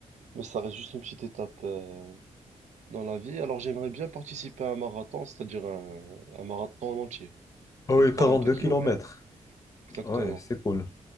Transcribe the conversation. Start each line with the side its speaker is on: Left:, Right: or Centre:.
Right: mais ça reste juste une petite étape euh, dans la vie. Alors j'aimerais bien participer à un marathon, c'est-à-dire un, un marathon en entier,
Left: Ah
Right: celui
Left: oui,
Right: de 42
Left: 42
Right: kilomètres.
Left: kilomètres.
Right: Exactement.
Left: Ouais, c'est cool.